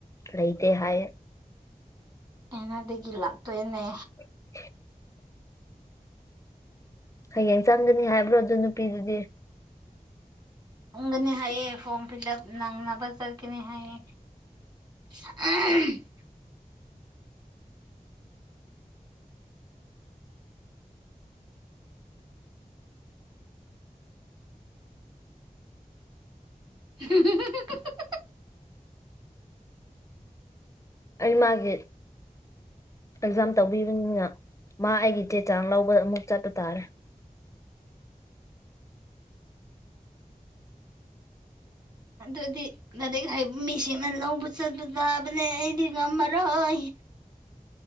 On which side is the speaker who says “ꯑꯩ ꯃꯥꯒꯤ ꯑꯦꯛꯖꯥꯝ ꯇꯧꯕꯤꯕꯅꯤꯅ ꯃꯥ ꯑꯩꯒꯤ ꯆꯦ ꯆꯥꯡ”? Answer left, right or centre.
Left